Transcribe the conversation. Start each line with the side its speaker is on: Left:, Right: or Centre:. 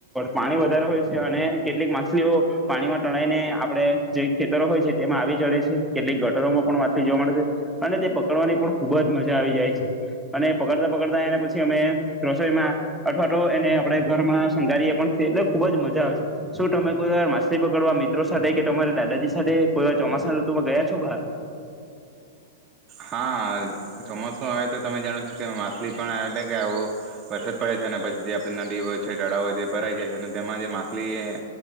Centre: પાણી વધારે હોય છે અને કેટલીક માછલીઓ. પાણીમાં ટણાઈને આપડણે જે ખેતરો હોય છે તેમાં આવી ચડે છે કેટલીક ગટરોમાં પણ માછલી જોવા મળે છે અને તે પકડવાની પણ ખુબ જ મજા આવી જાય છે અને પકડતા પકડતા એને પછી અમે રસોઈમાં અઠવાડો એને આપણે ઘરમાં શંગારીએ પણએ એટલે ખુબ જ મજા આવે છે શું તમે કોઈછ. પકડવા મિત્રો સાથે કે તમારે દાદાજી સાથે કોઈ વાર ચોમાસા તમે ગયા છો બાર.
Right: હા ચોમાસું આવે તો તમે જાણો છ કે મા. લી પણ. એ કે આવ બછ. પડે છે પછી જે આપણી નડી હોય છે ચડા હોય તે ભરાઈ જાય છે અને તેમાં જે માછલી